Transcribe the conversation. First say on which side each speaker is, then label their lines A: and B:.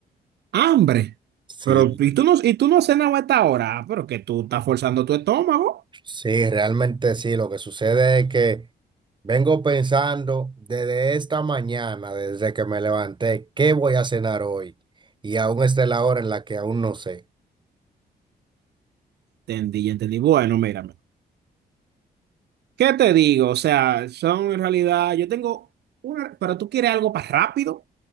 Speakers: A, on the right (about 80°); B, on the right (about 30°).
A: ¡Hambre!
B: Sí,
A: Pero, ¿y tú no, y tú no has cenado a esta hora? Ah, Pero que tú estás forzando tu estómago.
B: sí, realmente sí. Lo que sucede es que vengo pensando desde esta mañana, desde que me levanté, ¿qué voy a cenar hoy? Y aún está la hora en la que aún no sé.
A: Entendí, entendí. Bueno, mírame. ¿Qué te digo? O sea, son en realidad, yo tengo una, pero tú quieres algo más rápido,